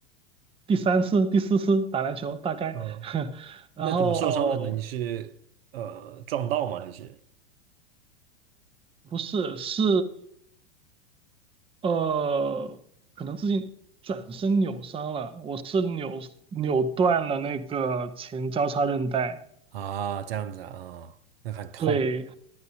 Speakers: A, on the right; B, on the right.
A: 第三次、第四次打篮球大概，
B: 嗯，
A: <laughs> 然后
B: 那怎么受伤的呢？你是呃撞到吗？还是
A: 不是是呃，可能自己转身扭伤了，我是扭扭断了那个前交叉韧带，
B: 啊这样子啊？那很痛。
A: 对，